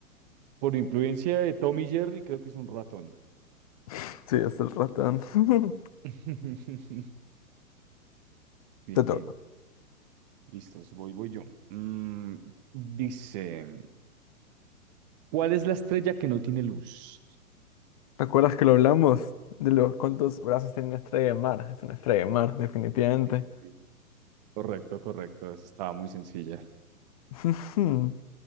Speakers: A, on the right (about 30°); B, on the left (about 25°).
A: por influencia de Tommy Jerry, creo que es un ratón.
B: <laughs> Sí, es el ratón. <laughs>
A: <laughs> Bien,
B: Te toca.
A: bien, bien. Listos, voy, voy yo. Mm, dice. ¿Cuál es la estrella que no tiene luz?
B: ¿Te acuerdas que lo hablamos? De los cuántos brazos tiene una estrella de mar. Es una estrella de mar, definitivamente.
A: Sí, sí, sí. Correcto, correcto. Esa estaba muy sencilla.
B: <laughs> Ujú.